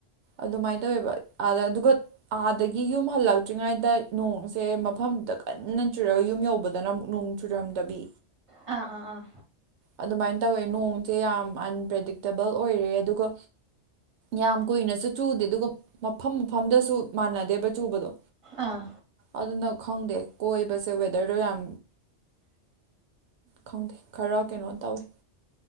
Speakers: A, on the right; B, on the right.
A: ꯑꯗꯨꯃꯥꯏꯅ ꯇꯧꯋꯦꯕ ꯑꯥꯗ ꯑꯗꯨꯒ ꯑꯥꯗꯒꯤ ꯌꯨꯝ ꯍꯜꯂꯛꯇ꯭ꯔꯤꯉꯩꯗ ꯅꯣꯡ ꯁꯦ ꯃꯐꯝꯗꯨꯗ ꯀꯟꯅ ꯆꯨꯔꯒ ꯌꯨꯝ ꯌꯧꯕꯗꯅ ꯑꯃꯨꯛ ꯅꯨꯡ ꯆꯨꯔꯝꯗꯕꯤ
B: ꯑꯥ ꯑꯥ ꯑꯥ
A: ꯑꯗꯨꯃꯥꯏꯅ ꯇꯧꯋꯦ ꯅꯣꯡꯁꯦ ꯌꯥꯝ ꯑꯟꯄ꯭ꯔꯗꯤꯛꯇꯦꯕꯜ ꯑꯣꯏꯔꯦ ꯑꯗꯨꯒ ꯌꯥꯝ ꯀꯨꯏꯅꯁꯨ ꯆꯨꯗꯦ ꯑꯗꯨꯒ ꯃꯐꯝ ꯃꯐꯝꯗꯁꯨ ꯃꯥꯟꯅꯗꯦꯕ ꯆꯨꯕꯗꯣ
B: ꯑꯥ
A: ꯑꯗꯨꯅ ꯈꯪꯗꯦ ꯀꯣꯏꯕꯁꯦ ꯋꯦꯗꯔꯗꯣ ꯌꯥꯝ ꯈꯪꯗꯦ ꯈꯔ ꯀꯩꯅꯣ ꯇꯧꯋꯦ